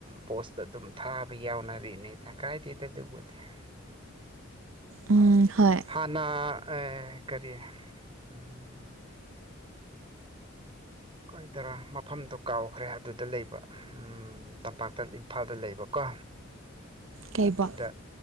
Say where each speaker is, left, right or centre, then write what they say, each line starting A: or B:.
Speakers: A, on the right; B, on the right.
A: ꯄꯣꯁꯇ ꯑꯗꯨꯝ ꯊꯥꯕ ꯌꯥꯎꯅꯔꯤꯅꯦꯗ ꯀꯥꯏꯗꯦꯗ ꯑꯗꯨꯕꯨꯗꯤ <inaudible>
B: ꯎꯝ ꯍꯣꯏ
A: ꯍꯥꯟꯅ ꯑꯩ ꯀꯔꯤ ꯎꯝ ꯀꯣꯏꯗꯔꯥ ꯃꯐꯝꯗꯣ ꯀꯥꯎꯈ꯭ꯔꯦ ꯑꯗꯨꯗ ꯂꯩꯕ ꯎꯝ ꯇꯝꯄꯥꯛꯇ ꯏꯝꯐꯥꯜꯗ ꯂꯩꯕꯀꯣ
B: ꯀꯩꯕꯣ
A: ꯑꯗꯨꯗ